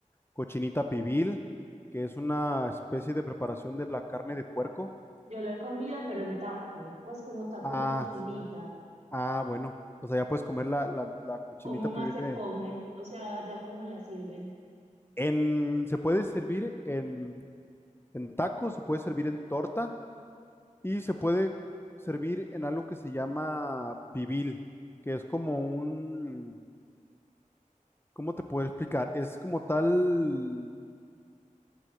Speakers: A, on the left; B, on the right.
A: cochinita pibil, que es una especie de preparación de la carne de puerco.
B: Yo la he comido, pero en taco. Pues como tacos
A: Ah,
B: de cochinita.
A: Ah, bueno, o sea, ya puedes comer la, la, la cochinita
B: ¿Cómo más
A: pibil
B: se
A: de...
B: come? O sea, ya cómo la sirven.
A: En, se puede servir en, en taco, se puede servir en torta y se puede servir en algo que se llama pibil, que es como un... ¿Cómo te puedo explicar? Es como tal...